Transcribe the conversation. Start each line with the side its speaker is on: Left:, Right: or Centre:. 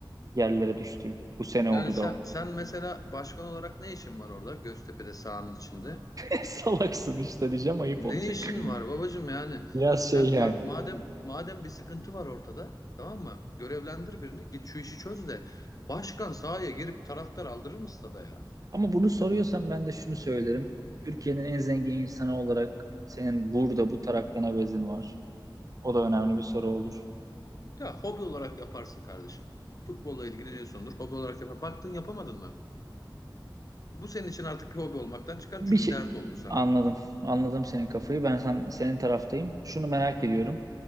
Right: yerlere düştü. Bu sene oldu
Left: yani sen,
Right: da
Left: sen mesela başkan olarak ne işin var orada Göztepe'de sahanın içinde?
Right: <laughs> salaksın işte diyeceğim ayıp
Left: Ne
Right: olacak.
Left: işin var babacığım yani
Right: Biraz
Left: sen
Right: şey yani.
Left: bak madem madem bir sıkıntı var ortada tamam mı? Görevlendir birini git şu işi çöz de başkan sahaya girip taraftar aldırır mı stada ya?
Right: Ama bunu soruyorsan ben de şunu söylerim. Türkiye'nin en zengin insanı olarak senin burada bu taraktan evezin var. O da önemli bir soru olur.
Left: Ya hobi olarak yaparsın kardeşim. Futbolla ilgileniyorsundur hobi olarak yapar. Baktın yapamadın mı? Bu senin için artık bir hobi olmaktan çıkar
Right: Bir
Left: çünkü
Right: şey
Left: dert oldu sana.
Right: anladım. Anladım senin kafayı. Ben sen, senin taraftayım. Şunu merak ediyorum.